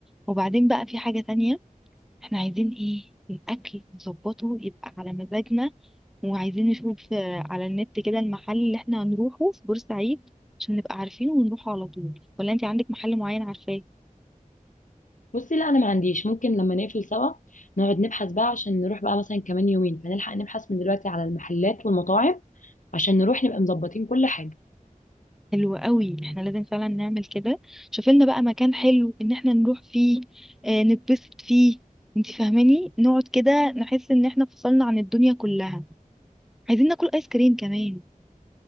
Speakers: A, in the centre; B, on the left (about 65°).
A: وبعدين بقى في حاجه تانية احنا عايزين ايه الاكل نظبطه يبقى على مزاجنا وعايزين نشوف آه، على النت كده المحل اللي احنا هنروحه في بورسعيد عشان نبقى عارفينه ونروحه على طول ولا انت عندك محل معين عارفاه
B: بصي لا انا ما عنديش ممكن لما نقفل سوا نقعد نبحث بقى عشان نروح بقى مثلا كمان يومين فنلحق نبحث من دلوقتي على المحلات والمطاعم عشان نروح نبقى مظبطين كل حاجة
A: حلو قوي احنا لازم فعلا نعمل كده شوفي لنا بقى مكان حلو ان احنا نروح فيه اه نتبسط فيه انت فاهماني نقعد كده نحس ان احنا فصلنا عن الدنيا كلها عايزين ناكل ايس كريم كمان